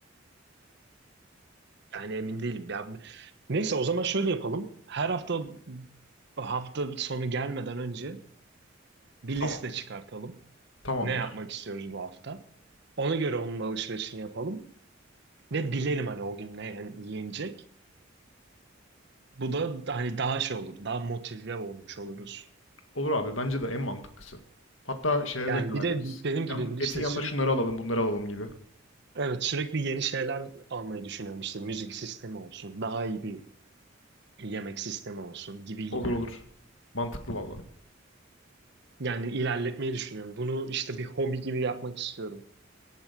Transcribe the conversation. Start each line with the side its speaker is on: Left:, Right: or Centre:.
Right: yani emin değilim ya. Neyse o zaman şöyle yapalım her hafta hafta sonu gelmeden önce bir
Left: Tamam.
Right: liste çıkartalım.
Left: Tamamdır.
Right: ne yapmak istiyoruz bu hafta. Ona göre onun alışverişini yapalım. Ve bilelim hani o gün ne yen- yenecek. Bu da hani daha şey olur, daha motive olmuş oluruz.
Left: Olur abi bence de en mantıklısı. Hatta şehre
Right: Yani
Left: de karar
Right: bir de
Left: veririz.
Right: bi- benim gibi
Left: Yan, etin
Right: işte
Left: yanında
Right: sürekli
Left: şunları alalım, bunları alalım gibi.
Right: evet sürekli yeni şeyler almayı düşünüyorum. İşte müzik sistemi olsun, daha iyi bir yemek sistemi olsun gibi gibi.
Left: Olur olur. Mantıklı valla.
Right: Yani ilerletmeyi düşünüyorum. Bunu işte bir hobi gibi yapmak istiyorum.